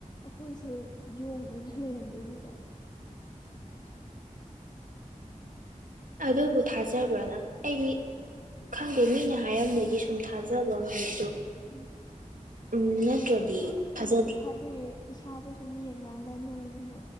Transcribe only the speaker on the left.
ꯑꯩꯈꯣꯏꯁꯦ ꯌꯣꯡ ꯑꯣꯏꯅ ꯂꯩꯔꯝꯗꯣꯏꯅꯤꯀꯣ
ꯎꯝ
ꯑꯗꯣ ꯑꯩ
ꯑꯃꯨꯛꯁꯨ ꯊꯥꯖ ꯖꯩꯌꯦ ꯏꯁꯥꯗ ꯁꯨꯝ ꯌꯦꯡꯀꯥꯟꯗ ꯅꯣꯡꯃ